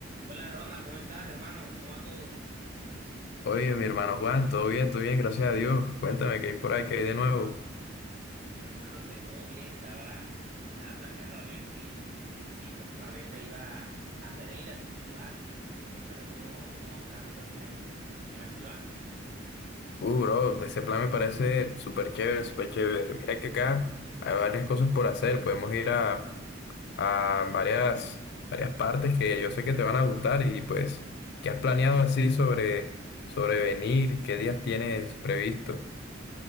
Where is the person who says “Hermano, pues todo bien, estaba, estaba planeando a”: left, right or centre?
Right